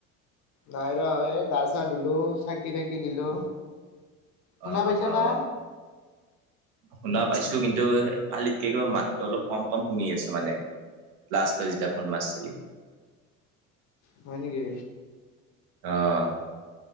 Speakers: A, on the left; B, on the right.
A: নাই ৰ এই গা চা ধুলো, চাকি তাকি দিলো, শুনা
B: অ-অ-অ।
A: পাইছা না
B: শুনা পাইছো। কিন্তু কালিতকে কিবা মাতটো অলপ কম কম শুনি আছো মানে। ল্লষ্ট তই যেতেয়া ফোন মাৰছিলি।
A: হয় নেকি।
B: আহ।